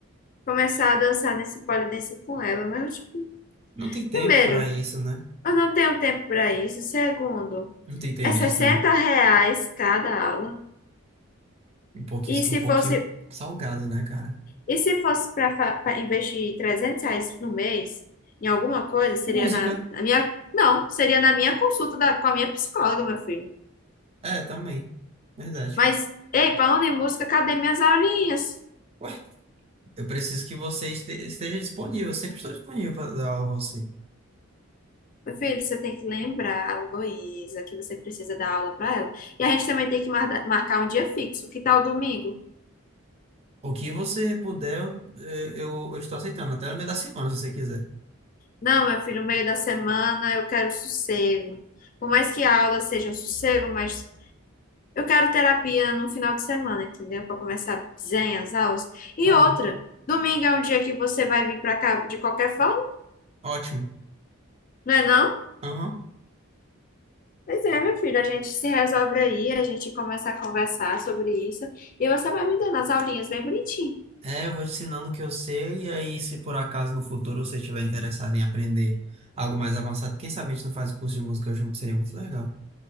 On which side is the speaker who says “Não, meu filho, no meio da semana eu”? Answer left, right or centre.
Left